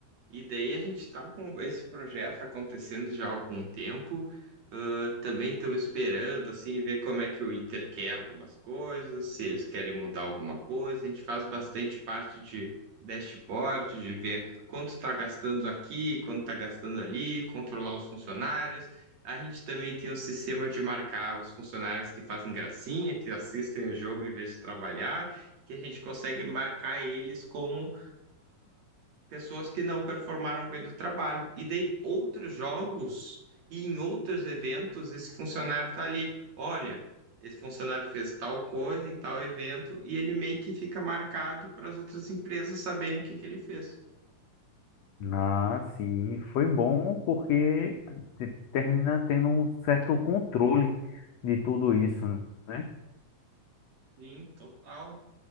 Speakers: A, on the right; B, on the left.
A: E daí a gente está com esse projeto acontecendo já há algum tempo. Ah, também estamos esperando assim ver como é que o Inter quer algumas coisas, se eles querem mudar alguma coisa. A gente faz bastante parte de dashboard, de ver quanto está gastando aqui, quanto está gastando ali, controlar os funcionários. A gente também tem um sistema de marcar os funcionários que fazem gracinha, que assistem o jogo em vez de trabalhar, que a gente consegue marcar eles como pessoas que não performaram bem no trabalho. E dei outros jogos e em outros eventos, esse funcionário tá ali, olha, esse funcionário fez tal coisa em tal evento e ele meio que fica marcado para as outras empresas saberem o que que ele fez.
B: Ah, sim, foi bom porque te- termina tendo um certo controle de tudo isso, né?
A: Sim, total.